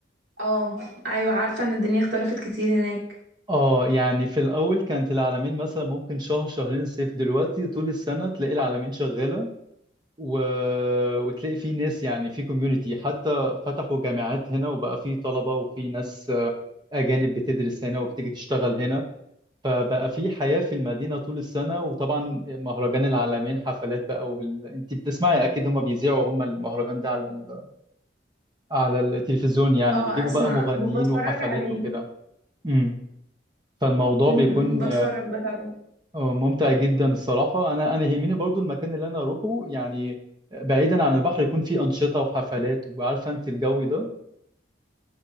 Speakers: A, on the right; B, on the right.
A: اه ايوه عارفه ان الدنيا اختلفت كتير هناك
B: اه يعني في الأول كانت العلمين مثلا ممكن شهر شهرين صيف دلوقتي طول السنة تلاقي العلمين شغالة و... وتلاقي في ناس يعني في كوميونتي حتى فتحوا جامعات هنا وبقى في طلبة وفي ناس آه، أجانب بتدرس هنا وبتيجي تشتغل هنا فبقى في حياة في المدينة طول السنة وطبعا مهرجان العلمين حفلات بقى وال... انت بتسمعي أكيد هما بيذيعوا هما المهرجان ده على ال... على التلفزيون يعني
A: اه
B: بيجيبوا
A: اسمع
B: بقى مغنيين
A: ب- بتفرج
B: وحفلات
A: عليه
B: وكده امم فالموضوع
A: امم
B: بيكون
A: بتفرج بتابعه
B: آه، ممتع جدا الصراحة أنا أنا يهمني برضو المكان اللي أنا أروحه يعني بعيدا عن البحر يكون فيه أنشطة وحفلات وعارفة أنت الجو ده